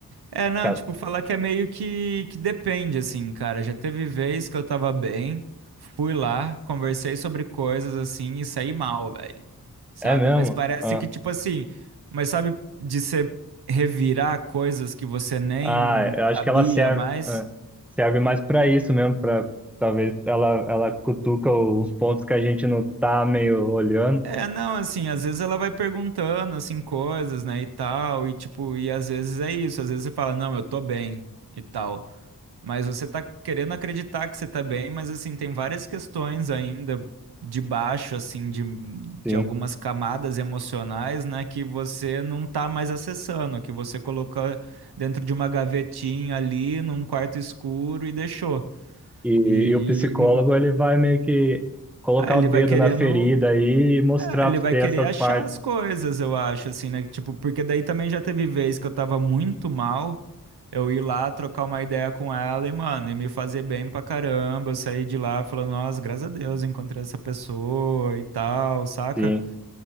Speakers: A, on the right (about 85°); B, in the centre.
A: é, não,
B: ca-
A: tipo, falar que é meio que, que depende, assim, cara. Já teve vez que eu tava bem, fui lá, conversei sobre coisas, assim, e saí mal, velho. sabe?
B: é mesmo?
A: Mas parece
B: Ah,
A: que, tipo assim, mas sabe de você revirar coisas que você nem
B: ah, eu acho
A: sabia
B: que ela serve,
A: mais?
B: ah, serve mais para isso mesmo, para talvez ela ela cutuca os pontos que a gente não tá meio olhando,
A: É, não, assim, às vezes ela vai perguntando, assim, coisas, né, e tal, e tipo, e às vezes é isso, às vezes você fala, não, eu tô bem, e tal. Mas você tá querendo acreditar que você tá bem, mas assim, tem várias questões ainda debaixo, assim, de,
B: sim.
A: de algumas camadas emocionais, né, que você não tá mais acessando, que você colocou dentro de uma gavetinha ali, num quarto escuro e deixou.
B: E,
A: E
B: e o psicólogo
A: hum,
B: ele vai meio que colocar
A: ah, ele
B: o dedo
A: vai querendo.
B: na ferida aí e mostrar
A: É, ele
B: para
A: vai
B: você
A: querer
B: essas
A: achar
B: partes,
A: as coisas, eu acho, assim, né? Tipo, porque daí também já teve vez que eu tava muito mal, eu ir lá trocar uma ideia com ela e, mano, e me fazer bem pra caramba. Eu saí de lá falando, nossa, graças a Deus, encontrei essa pessoa e tal, saca?
B: sim.